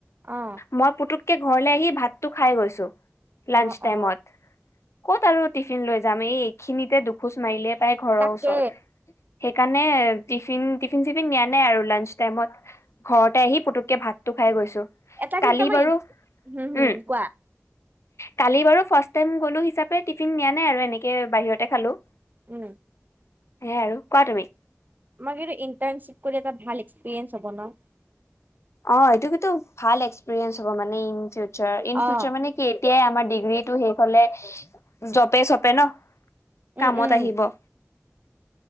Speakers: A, on the right; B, on the left.
A: অ
B: মই পুতুক কে ঘৰলে আহি ভাতটো খাই গৈছো, লাঞ্চ
A: অ
B: টাইমত।
A: অ
B: ক'ত আৰু টিফিন লৈ যাম, এই এইখিনিতে দুখোজ মাৰিলে পাই ঘৰৰ
A: তাকে
B: ওচৰত। সেইকাৰণে টিফিন টিফিন চিফিন নিয়া নাই আৰু লাঞ্চ টাইমত ঘৰতে আহি পুতুককে ভাত তো। খাই গৈছো।
A: এটা
B: কালি
A: কিন্তু আমাৰ
B: বাৰু
A: হম হম
B: উম
A: কোৱা
B: কালি বাৰু ফাষ্ট টাইম গলো হিচাপে টিফিন নিয়া নাই আৰু এনেকে বাহিৰতে খালোঁ।
A: ওঁ।
B: হেয়াই আৰু কোৱা তুমি।
A: মাক ইণ্টাৰ্নশিপ কৰি এটা ভাল এক্সপেস হব ন।
B: অ' সেইটো কিন্ত ভাল এক্সৰিয়েঞ্চ হব মানে in future, in future
A: uh
B: মানে কি এতিয়াই আমাৰ ডিগ্ৰীটো শেইষ হলে জপে চপে ন,
A: উম
B: কামত
A: উম
B: আহিব।